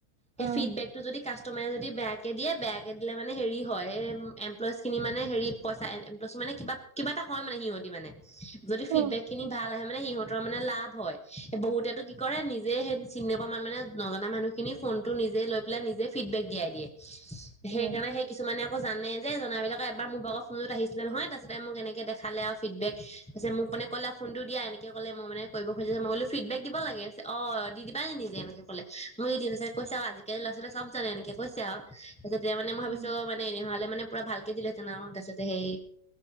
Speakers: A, in the centre; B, on the right.
A: হে
B: অ',
A: ফিডবেক যদি কাষ্টমাৰে যদি বেয়াকে দিয়ে বেয়াকে দিলে মানে হেৰি হয় এ এমপ্লয়জ খিনি মানে হেৰি পইচা এমপ্লয়জ মানে কিবা কিবা এটা হয় মানে সিহঁতি মানে। যদি ফিডবেক
B: উম,
A: খিনি ভাল আহে মানে সিহঁতৰ লাভ হয় বহুতেটো কি কৰে নিজে সেই চিন নোপোৱা মান মানে নজনা মানুহ খিনি ফোনটো নিজে লৈ পেলায় নিজে ফিডেবেক দিয়াই দিয়ে সেইকাৰণে
B: উম,
A: সেই কিছুমানে আকৌ জানে যে জনাবিলাকে এবাৰ মোৰ ভাগ ফোনত আহিছিলে নহয় তাৰিছতে মোক এনেকে দেখালে, আৰু ফিডবেক পিছ মোক মানে ক'লে আৰু ফোনটো দিয়া এনেকে কলে, মই মানে কৰিব খুজিছ মই কলো ফিডবেক দিব লাগে? অ দি দিবা নি নিজে এনেকে কলে মই যদি কৈছাও আজি লৰা ছোৱালীয়ে চব জানে এনেকে কৈছে আও, তেতিয়া মানে মই ভাবিছো
B: উম
A: অ মানে এইহালে মানে পোৰা ভালকে দিলে তাৰপছতে সেই